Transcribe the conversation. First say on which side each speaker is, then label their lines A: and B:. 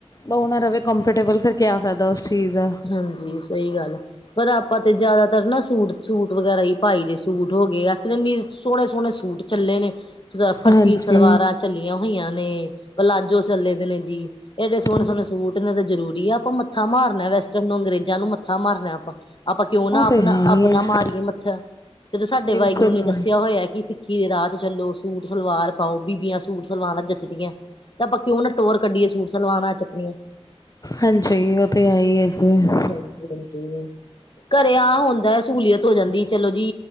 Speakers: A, on the left (about 35°); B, on the left (about 50°).
A: ਓ ਨਾ ਰਹੇ ਕੰਫਰਟੇਬਲ ਫਿਰ ਕਿਆ ਫਾਇਦਾ ਉਸ ਚੀਜ਼ ਦਾ
B: ਹਾਂਜੀ ਸਹੀ ਗੱਲ ਪਰ ਆਪਾਂ ਤੇ ਜ਼ਿਆਦਾਤਰ ਨਾ ਸੂਟ ਸੂਟ ਵਗੈਰਾ ਹੀ ਪਾਈ ਦੇ ਸੂਟ ਹੋ ਗਏ ਅੱਜ ਕੱਲ ਕਿੰਨੇ ਸੋਹਣੇ ਸੋਹਣੇ ਸੂਟ ਚੱਲੇ ਨੇ ਫਰਸੀ
A: ਹਾਂਜੀ
B: ਸਲਵਾਰਾਂ ਚੱਲੀਆਂ ਹੋਆਂ ਨੇ ਪਲਾਜੋ ਚੱਲੇ ਦੇ ਨੇ ਜੀ ਏਡੇ ਸੋਹਣੇ
A: ਬਿਲਕੁਲ
B: ਸੋਹਣੇ ਸੂਟ ਨੇ ਤਾਂ ਜ਼ਰੂਰੀ ਆ ਆਪਾਂ ਮੱਥਾ ਮਾਰਨਾ ਵੈਸ ਅੰਗਰੇਜ਼ਾਂ ਨੂੰ ਮੱਥਾ ਮਾਰਨਾ ਆਪਾਂ ਆਪਾਂ ਕਿਉਂ ਨਾ
A: ਉਹ ਤੇ
B: ਆਪਣਾ
A: ਹੈ ਹੀ
B: ਆਪਣਾ
A: ਹੈ
B: ਮਾਰੀਏ ਮੱਥਾ ਜਦੋਂ ਸਾਡੇ
A: ਬਿਲਕੁਲ
B: ਵਾਹਿਗੁਰੂ ਨੇ ਦੱਸਿਆ ਹੋਇਆ ਕਿ ਸਿੱਖੀ ਦੇ ਰਾਹ ਚ ਚਲੋ ਸੂਟ ਸਲਵਾਰ ਪਾਓ ਬੀਬੀਆਂ ਸੂਟ ਸਲਵਾਰ ਪਰ ਜੱਚਦੀਆਂ ਤਾਂ ਆਪਾਂ ਕਿਉ ਨਾ ਟੋਰ ਕੱਢੀਏ ਸੂਟ ਸਲਵਾਾਰ ਚ ਆਪਣੀਆਂ
A: ਹਾਂਜੀ ਉਹ ਤੇ ਹੈ ਹੀ ਹੈ ਜੀ
B: ਹਾਂਜੀ ਹਾਂਜੀ ਘਰੇ ਆ ਹੁੰਦਾ ਸਹੂਲੀਅਤ ਹੋ ਜਾਂਦੀ ਚਲੋ ਜੀ